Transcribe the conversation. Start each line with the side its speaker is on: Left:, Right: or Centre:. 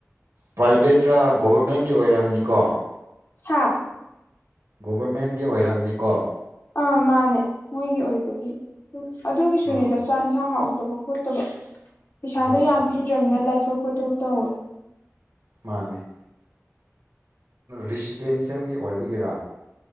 Right: ꯄ꯭ꯔꯥꯏꯕꯦꯠꯔꯥ ꯒꯣꯕꯔꯃꯦꯟꯒꯤ ꯑꯣꯏꯔꯝꯅꯤꯀꯣ
Left: ꯍꯥꯥ
Right: ꯒꯣꯕꯔꯃꯦꯟꯒꯤ ꯑꯣꯏꯔꯝꯃꯅꯤꯀꯣ
Left: ꯑꯥ ꯃꯥꯅꯦ ꯃꯣꯏꯒꯤ ꯑꯣꯏꯕꯒꯤ ꯑꯗꯨꯒꯤꯁꯨꯅꯦꯗ
Right: ꯑꯣ
Left: ꯆꯥꯛ ꯌꯦꯟꯁꯥꯡ ꯍꯥꯎ ꯇꯕ ꯈꯣꯠꯇꯕ ꯄꯩꯁꯥꯗꯣ
Right: ꯍꯣꯏ
Left: ꯌꯥꯝ
Right: ꯍꯣꯏ
Left: ꯄꯤꯗ꯭ꯔꯅꯤꯅ ꯂꯥꯏꯊꯣꯛ ꯈꯣꯠꯇꯣꯛ ꯇꯧꯋꯦ
Right: ꯃꯥꯅꯦ ꯔꯤꯁꯤꯗꯦꯟꯁꯤꯌꯦꯜꯒꯤ ꯑꯣꯏꯕꯒꯤꯔꯥ